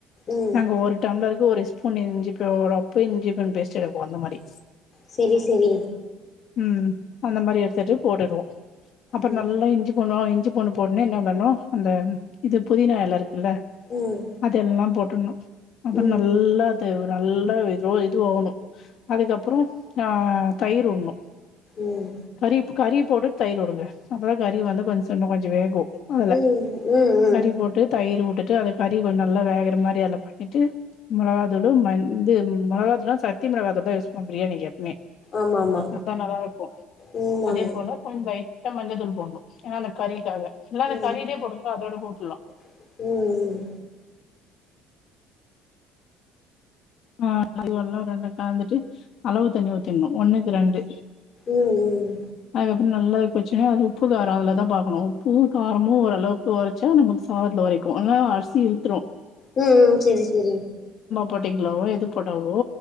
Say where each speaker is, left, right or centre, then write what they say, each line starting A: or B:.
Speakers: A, on the left (about 35°); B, on the left (about 55°).
A: ம்
B: நாங்க ஒரு டம்ப்ளருக்கு ஒரு <unintelligible> அந்த மாதிரி
A: செரி செரி
B: ம் அந்த மாரி எடுத்துட்டு போட்டுடுவோ அப்புறோ
A: ம்
B: நல்லா இஞ்சி போனோ இஞ் இஞ்சி பூண்டு போடன என்ன பண்ணணு அந்த இது புதின இல இருக் இல
A: ம்
B: அதெல்லா போட் ன்னு அப்புறோ
A: ம்
B: நல்லா து நல்லா இது ஆவணு அதுக்கப்பறோ ஆ தயிர் வுடுனும்
A: ம்
B: கறிப் கறிப் போட்டு தயிர் வுடுங்க அப்போ தா கறி வந்து கொஞ்ச இன்னு கொஞ்ச வேகு அதுல
A: ம் ம் ம்
B: கறி போட்டு தயிர் வூட்டு அத கறி கொஞ்ச நல்லா வேகற மாரி அதல பண்ணிட்டு மொளகா துள்ளு மந்து மொளகா துள்ளுனா சத்தி மிளகா தூள் தா யூஸ் பிரியாணிக்கு எப்மே
A: ஆமா ஆமா
B: அதா நல்லா இருக்கு
A: ம் ஆமா
B: அதே போல <unintelligible> மஞ்ச தூள் போடுணும் ஏன்னா அந்த கறிக்காக எல்லா
A: ம்
B: கறியிலயே போடுங்க அதோட கூடு <unintelligible>
A: ம் ம்
B: ஆ அதுவல்லா ரெண்டு கலந்துட்டு அளவு தண்ணி ஊத்திடணு ஒண்ணுக்கு ரெண்டு
A: ம் ம்
B: அதுக்கப்புற நல்லா போச்சுனா அது உப்பு காரம் அதுல தான் பாக்கணு உப்பு காரமு ஓரளவுக்கு ஒரச்சா நமக்கு சாதத்துல ஒரக்கு ஆனா அரிசி இழுத்திரு
A: ம் ம் செரி செரி
B: போட்டிங் அளவா எது போட்டவோ